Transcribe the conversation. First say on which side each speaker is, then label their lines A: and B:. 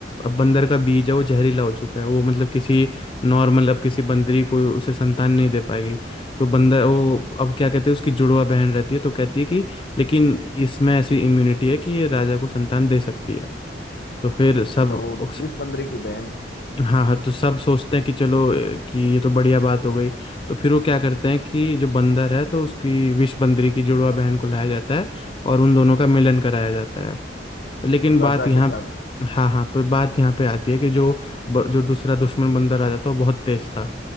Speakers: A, on the left; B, on the left.
A: अब बंदर का बीज है वो जहरीला हो चुका है वो मतलब किसी नॉर्मल अब किसी बंदरी को उसे संतान नहीं दे पाएगी तो बंदर वो अब क्या कहते हैं उसकी जुड़वा बहन रहती है तो कहती है कि लेकिन इसमें ऐसी इम्यूनिटी है कि ये राजा को संतान दे सकती है तो फिर सब
B: अच्छा वो
A: उस-
B: विष बंदरी की बहन
A: हाँ हाँ तो सब सोचते हैं कि चलो ए, कि ये तो बढ़िया बात हो गई तो फिर वो क्या करते हैं कि जो बंदर है तो उसकी विष बंदरी की जुड़वा बहन को लाया जाता है और उन दोनों का मिलन कराया जाता है पर लेकिन
B: राजा
A: बात यहाँ
B: के साथ
A: हाँ हाँ पर बात यहाँ पे आती है कि जो ब- जो दूसरा दुश्मन बंदर आ जाता है वो बहुत तेज था